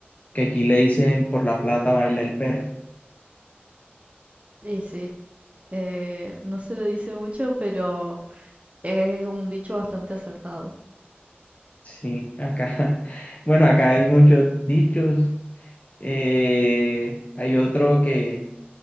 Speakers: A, on the left; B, on the right.
A: que aquí le dicen por la plata baila el perro.
B: Y sí. Eh, no se lo dice mucho, pero es un dicho bastante acertado.
A: Sí, acá, <laughs> bueno, acá hay muchos dichos. Eh, hay otro que,